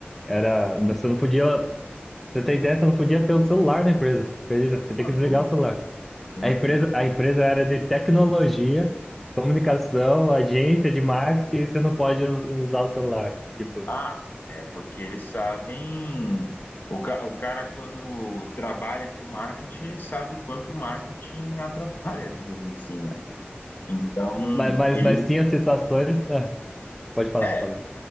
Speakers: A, in the centre; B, on the left (about 60°).
A: Era, você não podia, você tem ideia, você não podia ter um celular na empresa. Acredita? Você tem
B: Maluco,
A: que desligar o celular.
B: inacreditável.
A: A empresa, a empresa era de tecnologia, comunicação, agência de marketing, e você não pode u- usar o celular. Tipo,
B: Ah, é porque eles sabem. O, ca- o cara, quando trabalha com marketing, ele sabe o quanto o marketing atrapalha, <laughs> digamos assim, né? Então,
A: mas, mas,
B: ele
A: mas tinha situações. Ah, pode falar,
B: é,
A: falei.